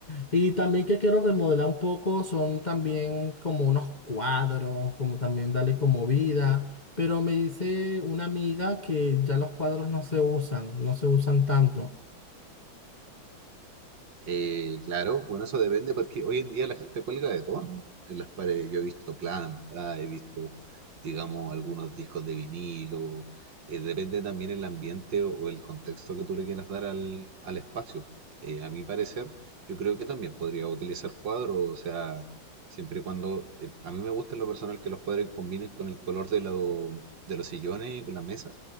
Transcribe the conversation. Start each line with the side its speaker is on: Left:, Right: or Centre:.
Left: Y también que quiero remodelar un poco son también como unos cuadros, como también darle como vida. Pero me dice una amiga que ya los cuadros no se usan, no se usan tanto.
Right: Eh, claro, bueno, eso depende porque hoy en día la gente cuelga de todo en en las paredes. Yo he visto plantas, he visto, digamos, algunos discos de vinilo. Eh, depende también el ambiente o, o el contexto que tú le quieras dar al, al espacio. Eh, a mi parecer, yo creo que también podría utilizar cuadros, o sea, siempre y cuando, eh, a mí me gusta en lo personal que los cuadros combinen con el color de, lo- de los sillones y con la mesa.